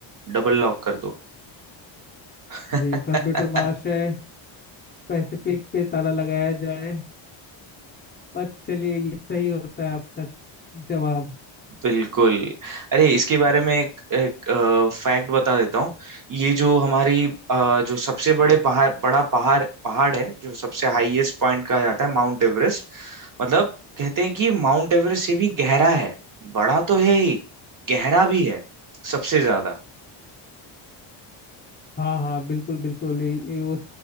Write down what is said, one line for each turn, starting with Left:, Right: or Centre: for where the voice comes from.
Right: डबल लॉक कर दो <laughs>
Left: जी कंप्यूटर महाश है पैसिफिक पे ताला लगाया जाए और चलिए ये सही होता है आपका जवाब
Right: बिल्कुल अरे इसके बारे में एक, एक फैक्ट बता देता हूँ ये जो हमारी अ, जो सबसे बड़े पहाड़ बड़ा पहाड़ पहाड़ है जो सबसे हाईएस्ट पॉइंट कहा जाता है माउंट एवरेस्ट मतलब कहते हैं कि माउंट एवरेस्ट से भी गहरा है बड़ा तो है ही गहरा भी है सबसे ज्यादा
Left: हाँ हाँ बिल्कुल बिल्कुल ये- ये उस